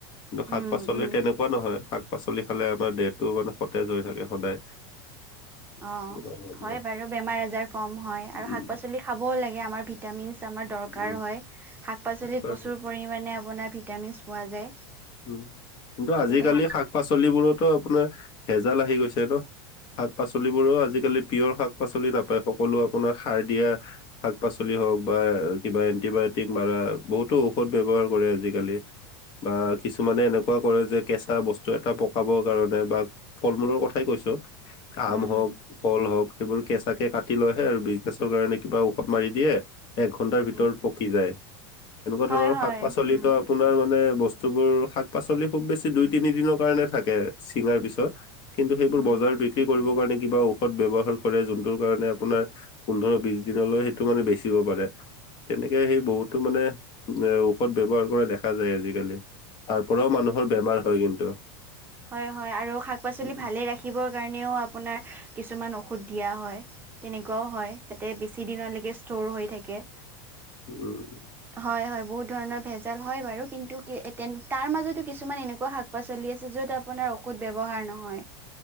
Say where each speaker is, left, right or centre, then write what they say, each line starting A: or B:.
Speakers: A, on the left; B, on the right.
A: কিন্তু শাক-পাচলি
B: উম উম
A: তেনেকুৱা নহয় শাক-পাচলি খালে আমাৰ দেহটোও মানে সতেজ হৈ থাকে সদায়।
B: অ',
A: তেনেকুৱা ধৰণৰ
B: হয় বাৰু বেমাৰ আজাৰ কম হয়
A: উম,
B: আৰু শাক-পাচলি খাবও লাগে আমাৰ ভিতৰত ভিটামিন আমাৰ দৰকাৰ
A: উম,
B: হয় শাক-পাচলি
A: তেনেকুৱা
B: প্ৰচুৰ
A: ধৰণৰ।
B: পৰিমাণে আপোনাৰ ভিটামিন পোৱা যায়।
A: উম কিন্তু
B: গতিকে
A: আজিকালি
B: শাক
A: শাক-পাচলিবোৰতো আপোনাৰ ভেজাল আহি গৈছে ন শাক-পাচলিবোৰো আজিকালি পিয়ৰ শাক-পাচলি নাপায় সকলো আপোনাৰ সাৰ দিয়া শাক-পাচলি হওক বা কিবা এণ্টিবায়টিক মাৰা বহুতো ঔষধ ব্যৱহাৰ কৰে আজিকালি বাক কিছুমানে এনেকুৱা কৰে যে কেঁচা বস্তু এটা পকাবৰ কাৰণে বা ফল মূলৰ কথাই কৈছো আম
B: উম
A: হওঁক
B: হম
A: কল হওক সেইবোৰ কেঁচাকে কাটি লয়হে আৰু বিজনেচৰ কাৰণে কিবা ঔষধ মাৰি দিয়ে এক ঘন্টাৰ ভিতৰত
B: উম
A: পকি যায় এনেকুৱা
B: হয়
A: ধৰণৰ
B: হয়
A: শাক-পাচলিতো
B: উম
A: আপোনাৰ মানে বস্তু বস্তুবোৰ শাক-পাচলি খুব বেছি দুই তিনি দিনৰ কাৰণে থাকে চিঙাৰ পিছত কিন্তু সেইবোৰ
B: উম
A: বজাৰত বিক্ৰী কৰিবৰ কাৰণে কিবা ঔষধ ব্যৱহাৰ কৰে যোনটোৰ কাৰণে আপোনাৰ পোন্ধৰ বিশ দিনলৈ সেইটো মানে বেচিব পাৰে। তেনেকে সেই বহুতো মানে এ ঔষধ ব্যৱহাৰ কৰা দেখা যায় আজিকালি। তাৰ পৰাও মানুহৰ বেমাৰ হয় কিন্তু।
B: হয় হয় আৰু শাক পাচলি
A: উম,
B: ভালেই ৰাখি খিবৰ কাৰণেও আপোনাৰ কিছুমান ঔষধ দিয়া হয়, তেনেকুৱাও হয়্ যাতে বেছি দিনলেকে ষ্ট'ৰ হৈ থাকে।
A: উম।
B: হয় হয় বহুত ধৰণৰ ভেজাল হয় বাৰু কিন্তু কি এই তেন তাৰ মাজতো কিছুমান এনেকুৱা শাক পাচলি আছ য'ত আপোনাৰ ঔষধ ব্যৱহাৰ নহয়,